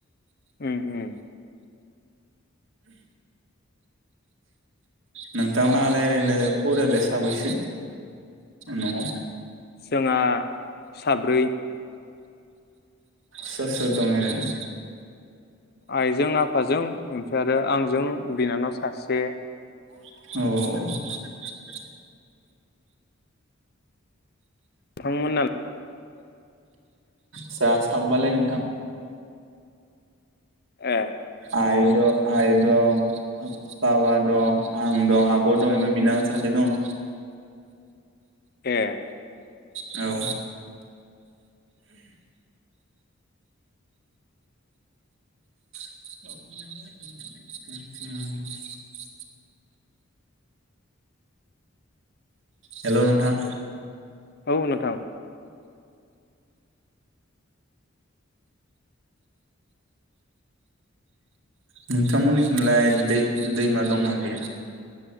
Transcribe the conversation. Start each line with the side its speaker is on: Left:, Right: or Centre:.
Left: ओम ओम
Right: नोंथांलालाय ओरैनो फरियालाय साबैसो नआव
Left: जोंहा साब्रै।
Right: सोर सोर दं एरेनो
Left: आइजों आफाजों ओमफ्राय आरो आंजों बिनानाव सासे
Right: औ
Left: नोंथांमोन हाला
Right: जा साबबायलै नोंथां।
Left: ए
Right: आइ द आइ दं बाबा दं आं दं आब' दं ओमफ्राय बिनानाव सासे दङ
Left: ए
Right: औ अह हेलौ नोंथां
Left: औ नोंथां
Right: नोंथांमोननिसिमलाय दै-दैमा दंना गैया